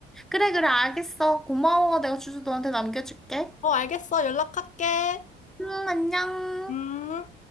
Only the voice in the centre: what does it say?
그래, 그래, 알겠어. 고마워. 내가 주소 너한테 남겨줄게.
응, 안녕.